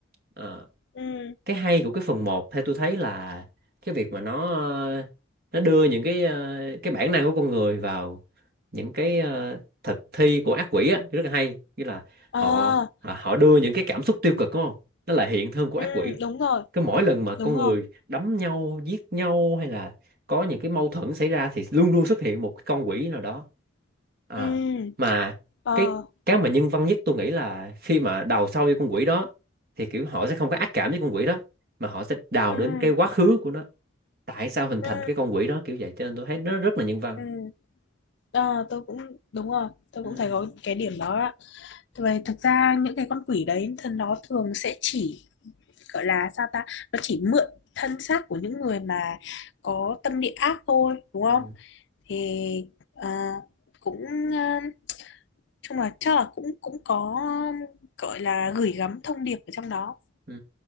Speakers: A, on the right (about 50°); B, on the left (about 60°).
A: Ờ.
B: ừ
A: cái hay của cái phần một theo tôi thấy là cái việc mà nó ờ, nó đưa những cái ờ, cái bản năng của con người vào những cái ờ, thực thi của ác quỷ á rất là hay nghĩa là
B: ờ
A: họ họ họ đưa những cái cảm xúc tiêu cực đúng không nó là hiện thân của
B: ừ
A: ác quỷ
B: đúng rồi
A: cứ mỗi lần mà con
B: đúng rồi
A: người đấm nhau giết nhau hay là có những cái mâu thuẫn xảy ra thì luôn luôn xuất hiện một cái con quỷ nào đó à
B: ừ
A: mà
B: ờ
A: cái cái mà nhân văn nhất tôi nghĩ là khi mà đào sâu vô con quỷ đó thì kiểu họ sẽ không có ác cảm với con quỷ đó mà họ sẽ đào
B: ừ
A: đến cái quá khứ của nó tại sao hình thành
B: ừ
A: cái con quỷ đó kiểu vậy cho nên tôi thấy nó rất là nhân văn
B: ừ ờ tôi cũng đúng rồi tôi
A: ừ
B: cũng thấy có cái điểm đó ạ vậy thực ra những cái con quỷ đấy thì nó thường sẽ chỉ gọi là sao ta nó chỉ mượn thân xác của những người mà có tâm địa ác thôi đúng không
A: ừ
B: thì ờ, cũng ờ, chung là chắc là cũng cũng có gọi là gửi gắm thông điệp ở trong đó
A: ừ